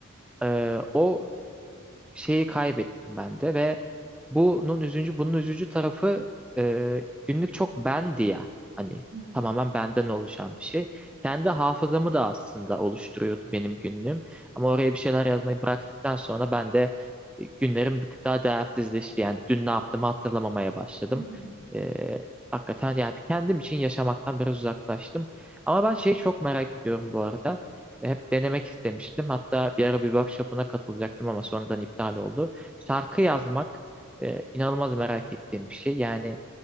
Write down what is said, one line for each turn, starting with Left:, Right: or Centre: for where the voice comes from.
Centre: e, o şeyi kaybettim ben de ve Bunun üzücü, bunun üzücü tarafı e, günlük çok bendi ya. Hani
Right: Hı hı.
Centre: tamamen benden oluşan bir şey. Kendi hafızamı da aslında oluşturuyordu benim günlüğüm. Ama oraya bir şeyler yazmayı bıraktıktan sonra ben de e, günlerim bir tık daha değersizleşti. Yani dün ne yaptığımı hatırlamamaya başladım.
Right: Hı hı.
Centre: E, hakikaten yani kendim için yaşamaktan biraz uzaklaştım. Ama ben şeyi çok merak ediyorum bu arada. E, Hep denemek istemiştim. Hatta bir ara bir workshop'una katılacaktım ama sonradan iptal oldu. Şarkı yazmak ee, inanılmaz merak ettiğim bir şey. Yani